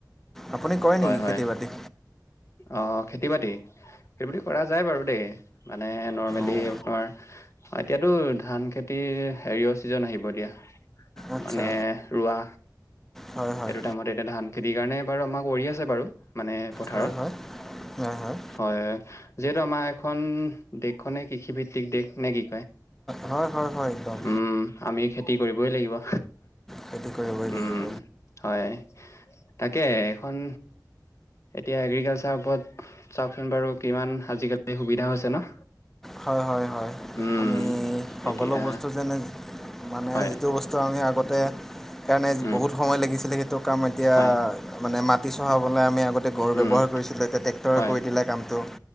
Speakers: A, in the centre; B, on the left (about 40°).
A: আপুনি কৰে
B: হয়
A: নেকি
B: হয়
A: খেতি বাতি?
B: অ' খেতি বাতি, খেতিকৰা যায় বাৰু দেই। মানে নৰ্মেলি
A: অঁ
B: তোমাৰ এতিয়াতো ধান খেতি হেৰিয়ৰ ছিজন আহিব এতিয়া।
A: আচ্ছা
B: মানে ৰোৱা,
A: হয় হয়
B: এইটো টাইমত এতিয়া ধান খেতিৰ কাৰণে বাৰু আমাৰ কৰি আছে বাৰু। মানে পথাৰত
A: হয় হয়, হয় হয়।
B: হয়, যিহেতু আমাৰ এইখন দেশখনে কৃষি ভিত্তিক দেশ নেকি।
A: হয় হয় হয় হয় একদম
B: উম, আমি খেতি কৰিবই লাগিব।
A: খেতি কৰিবই লাগিব
B: উম। হয়, তাকে এখন এতিয়া এগ্ৰিকালচাৰ ওপৰত চাওকচোন বাৰু কিমান আজিকালি সুবিধা হৈছে ন'।
A: হয় হয় হয়,
B: উম
A: আমি সকলো
B: এতিয়া
A: বস্তু যেনে মানে
B: হয়
A: যিটো বস্তু টো আমি আগতে, সেইকাৰণে
B: উম
A: বহুত সময় লাগিছিলে সেইটো কাম এতিয়া
B: হয়
A: মানে মাটি চহাবলৈ আমি আগত তে গৰু ব্যৱহাৰ
B: উম
A: কৰিছিলোঁ এতিয়া ট্ৰেক্টৰে
B: হয়
A: কৰি দিলে কামটো,